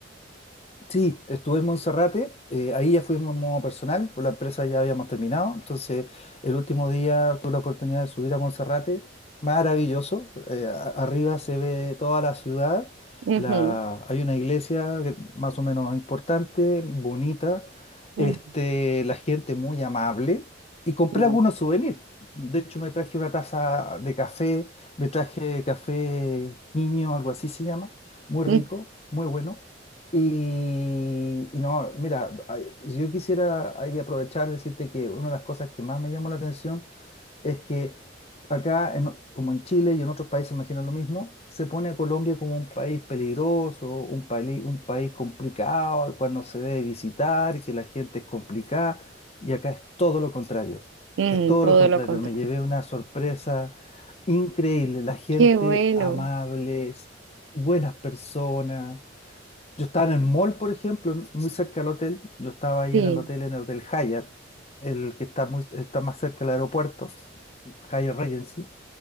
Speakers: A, on the left; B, on the right.
A: Sí, estuve en Monserrate, eh, ahí ya fuimos en modo personal, por la empresa ya habíamos terminado, entonces el último día tuve la oportunidad de subir a Monserrate, maravilloso, eh, a- arriba se ve toda la ciudad,
B: Ujú,
A: la, hay una iglesia que- más o menos importante, bonita,
B: ujú,
A: este, la gente muy amable y compré
B: sí,
A: algunos souvenirs, de hecho me traje una taza de café, me traje café niño, algo así se llama, muy
B: mm,
A: rico, muy bueno. Y, y no, mira, ay, yo quisiera ahí aprovechar, decirte que una de las cosas que más me llamó la atención es que acá, en- como en Chile y en otros países, imagino lo mismo, se pone a Colombia como un país peligroso, un país, un país complicado, al cual no se debe visitar, y que la gente es complicada, y acá es todo lo contrario,
B: mm,
A: es todo
B: todo
A: lo contrario,
B: lo contrario.
A: me llevé una sorpresa increíble, la gente
B: Qué bueno,
A: amable, buenas personas yo estaba en el mall, por ejemplo, en- muy cerca del hotel. Yo estaba ahí
B: sí,
A: en el hotel, en el Hotel Hyatt, el que está, muy, está más cerca del aeropuerto, Hyatt Regency.